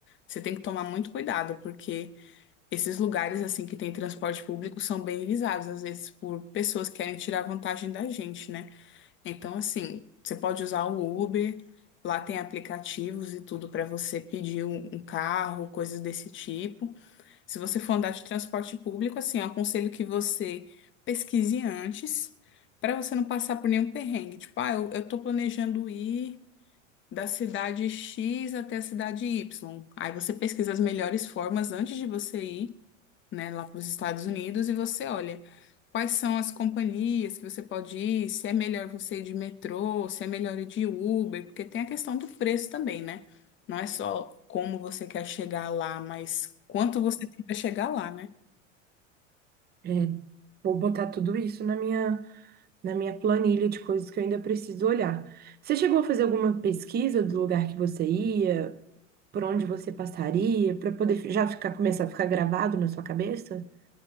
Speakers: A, on the left; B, on the right.
A: Você tem que tomar muito cuidado, porque esses lugares, assim, que tem transporte público são bem visados, às vezes, por pessoas que querem tirar vantagem da gente, né? Então, assim, você pode usar o Uber, lá tem aplicativos e tudo para você pedir um um carro, coisas desse tipo. Se você for andar de transporte público, assim, eu aconselho que você pesquise antes, para você não passar por nenhum perrengue. Tipo, ah, eu, eu tô planejando ir da cidade X até a cidade Y. Aí você pesquisa as melhores formas antes de você ir né, lá para os Estados Unidos e você olha quais são as companhias que você pode ir, se é melhor você ir de metrô, se é melhor ir de Uber, porque tem a questão do preço também, né? Não é só como você quer chegar lá, mas quanto você tem para chegar lá, né?
B: É, vou botar tudo isso na minha, na minha planilha de coisas que eu ainda preciso olhar. Você chegou a fazer alguma pesquisa do lugar que você ia, por onde você passaria, para poder fi- já ficar, começar a ficar gravado na sua cabeça?